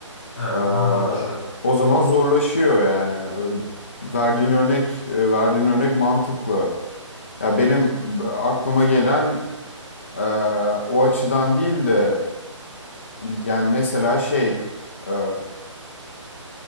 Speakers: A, on the left (about 45°); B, on the left (about 25°).
A: Evet
B: Ee,
A: o zaman zorlaşıyor.
B: o zaman zorlaşıyor yani. Ee, Verdiğin örnek, e, verdiğin örnek mantıklı. Ya benim aklıma gelen e, o açıdan değil de yani mesela şey e,